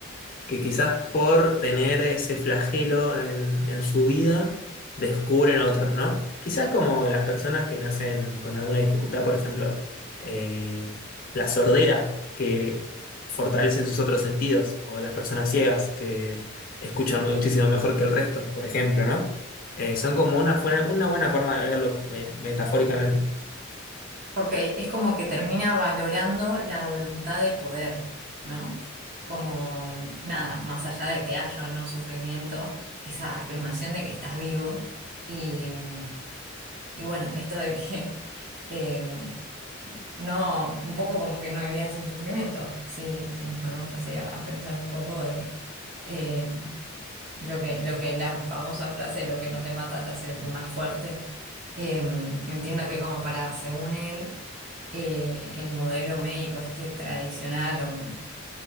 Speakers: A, on the left; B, on the right.
A: que quizás por tener ese flagelo en, en su vida, descubren otros, ¿no? Quizás como las personas que nacen con alguna dificultad, por ejemplo, eh, la sordera, que fortalecen sus otros sentidos, o las personas ciegas, que escuchan muchísimo mejor que el resto, por ejemplo, ¿no? Eh, son como una, fuera- una buena forma de verlo me- metafóricamente.
B: Ok, es como que termina valorando la voluntad de poder, ¿no? Como mm, nada, más allá de que haya o no sufrimiento, esa afirmación de que estás vivo y, mm, y bueno, esto de que <laughs> eh, no, un poco como que no hay vida sin sufrimiento, si, si nos ponemos así a, a pensar un poco de, em, lo que, lo que la famosa frase, lo que no te mata te hace más fuerte. Eh, entiendo que como para, según él, eh, el modelo médico este tradicional o